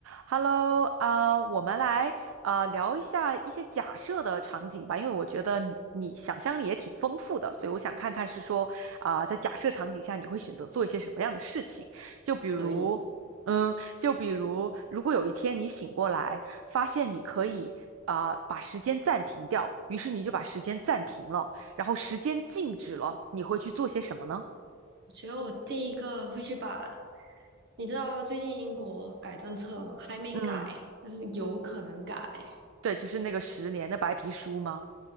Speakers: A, on the right; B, on the right.
A: Hello，啊、我们来啊、聊一下一些假设的场景吧，因为我觉得你你想象力也挺丰富的，所以我想看看是说啊、在假设场景下你会选择做一些什么样的事情？就比如，
B: 可以。
A: 嗯，就比如，如果有一天你醒过来，发现你可以啊、把时间暂停掉，于是你就把时间暂停了，然后时间静止了，你会去做些什么呢？
B: 我觉得我第一个会去把，你知道最近英国改政策吗？还没改，
A: 嗯，
B: 但是有可能改。
A: 对，就是那个十年的白皮书吗？